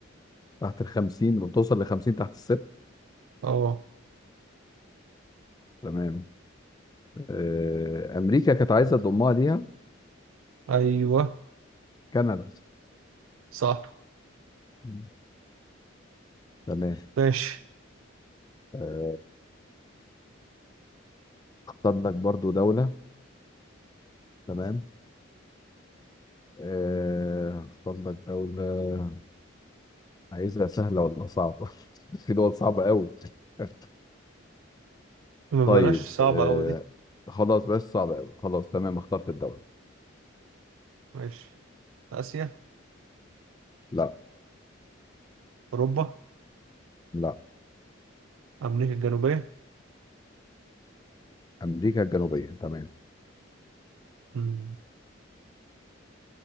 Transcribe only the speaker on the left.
تحت ال 50 بتوصل ل 50 تحت الصفر
تمام آه، امريكا كانت عايزه تضمها ليها
كندا
مم. تمام
آه، اختار لك برضو دوله تمام آه، اختار لك دوله عايزها سهله ولا صعبه <laughs> في دول صعبه قوي <laughs>
طيب
آه،
خلاص بس صعبه قوي خلاص تمام اخترت الدوله
لا
لا
امريكا الجنوبيه تمام